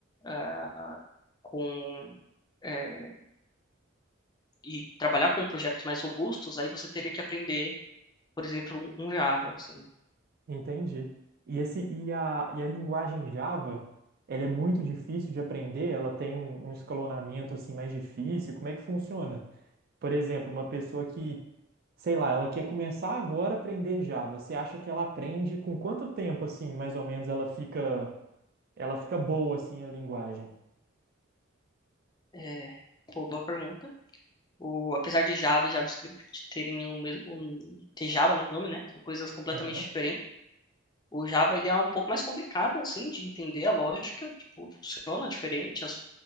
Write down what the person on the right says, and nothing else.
Entendi. E, esse, e, a, e a linguagem Java, ela é muito difícil de aprender? Ela tem um, um escalonamento assim mais difícil? Como é que funciona? Por exemplo, uma pessoa que, sei lá, ela quer começar agora a aprender Java. Você acha que ela aprende com quanto tempo assim, mais ou menos, ela fica, ela fica boa assim a linguagem?
Aham,